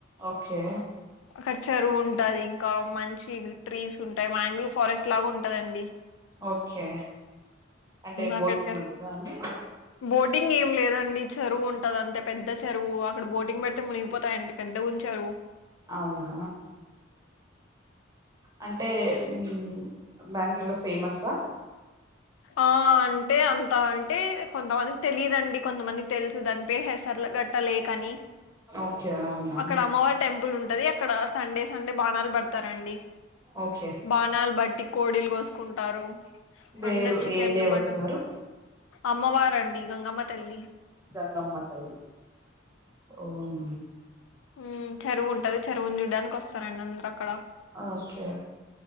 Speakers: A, on the right; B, on the left.
A: ఓకే
B: అక్కడ చెరువు ఉంటది ఇంకా మంచి ట్రీస్ ఉంటాయి. మాయాంగ్రూవ్ ఫారెస్ట్ లాగా ఉంటదండి.
A: ఓకే అంటే బోటింగ్
B: అక్కడికి
A: ఉంటదా అండి
B: బోటింగ్ ఏం లేదండి చెరువు ఉంటది అంతే పెద్ద చెరువు అక్కడ బోటింగ్ పెడితే మునిగిపోతాయండి. ఎంత ఉంచారువు
A: అవునా అంటే ఉ బ్యాంగ్లూరు లో ఫేమసా
B: ఆ అంటే అంత అంటే కొంతమందికి తెలియదండి కొంతమంది తెలుసు దని పే హసర్ల గట్ట లేక అని
A: ఓకే అవునా
B: అక్కడ అమ్మవ టెంపుల్ ఉంటది అక్కడ సండే సండే బాణాలు పడతారండి.
A: ఓకే
B: బాణాలు బట్టి కోడీలు కోసుకుంటారు.
A: దేవ్
B: అందరు చికెన్లు,
A: ఏ దేవత
B: మటన్
A: ఉన్నారు
B: అమ్మవారండి గంగమ్మ తల్లి
A: గాంగమ్మ తల్లి ఓం
B: ఉ చెరువుంటది చెరువుని చూడ్డానికి వస్తారండి అందరు అక్కడ
A: ఓకే